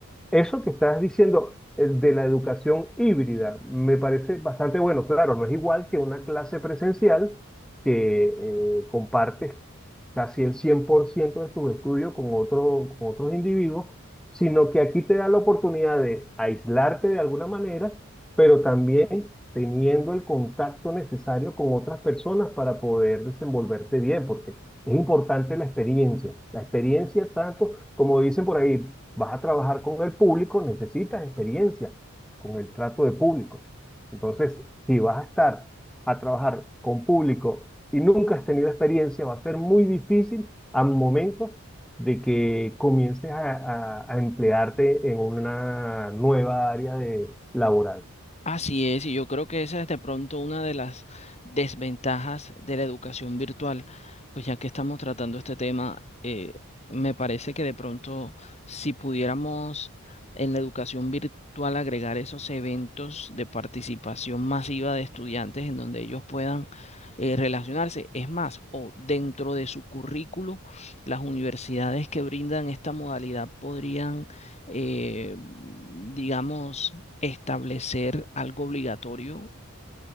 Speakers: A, in the centre; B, on the left (about 30°).
A: eso que estás diciendo eh, de la educación híbrida me parece bastante bueno. Claro, no es igual que una clase presencial que eh, compartes casi el 100% de tus estudios con otro- con otros individuos, sino que aquí te da la oportunidad de aislarte de alguna manera, pero también teniendo el contacto necesario con otras personas para poder desenvolverte bien, porque es importante la experiencia. La experiencia tanto, como dicen por ahí, vas a trabajar con el público, necesitas experiencia con el trato de público. Entonces, si vas a estar a trabajar con público y nunca has tenido experiencia, va a ser muy difícil al momento de que comiences a, a- a emplearte en una nueva área de laboral.
B: Así es, y yo creo que esa es de pronto una de las desventajas de la educación virtual, pues ya que estamos tratando este tema, eh, me parece que de pronto si pudiéramos en la educación virtual agregar esos eventos de participación masiva de estudiantes en donde ellos puedan eh, relacionarse, es más, o dentro de su currículo, las universidades que brindan esta modalidad podrían eh, digamos, establecer algo obligatorio